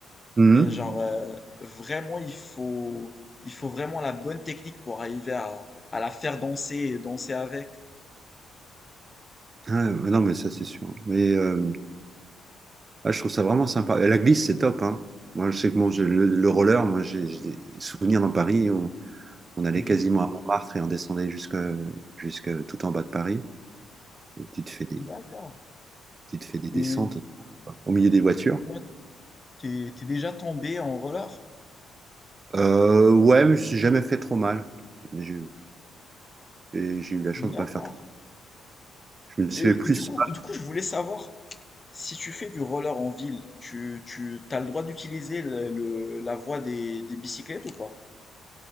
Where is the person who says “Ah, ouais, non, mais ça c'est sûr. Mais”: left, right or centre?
Right